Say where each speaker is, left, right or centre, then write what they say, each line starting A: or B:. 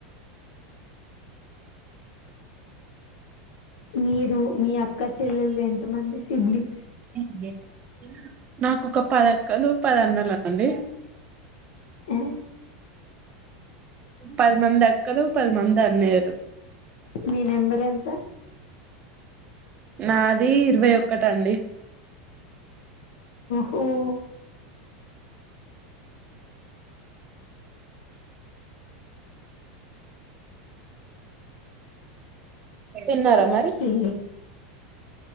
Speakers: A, on the left; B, on the right.
A: మీరు మీ అ అక్క చెల్లెలు ఎంత మంది సిబ్లింగ్స్
B: ఏం జేసినావ్ నాకు ఒక పది అక్కలు పది అన్నలు అండి
A: ఆ
B: మ్మ్ పదిమంది అక్కలు పదిమంది అన్నయ్యలు
A: మీ నెంబర్ ఎంత
B: నాది ఇరవై ఒకటి అండి
A: ఓ
B: తిన్నారా
A: ఓకే
B: మరి